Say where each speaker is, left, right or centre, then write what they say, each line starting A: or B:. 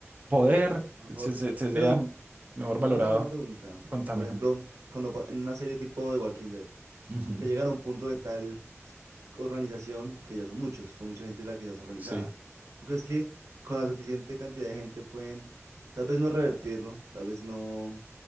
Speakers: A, on the right (about 30°); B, on the right (about 85°).
A: poder,
B: A lo mejor.
A: se, se- sería
B: Pero
A: mejor valorado.
B: Debo hacer una pregunta.
A: Contame,
B: Por ejemplo,
A: contame.
B: cuando pa- en una serie tipo de Walking Dead,
A: Ujú,
B: que llegan a un punto de tal organización que ya son muchos, son mucha gente la que ya es organizada.
A: Sí.
B: ¿Tú crees que con la suficiente cantidad de gente pueden, tal vez no revertirlo, tal vez no,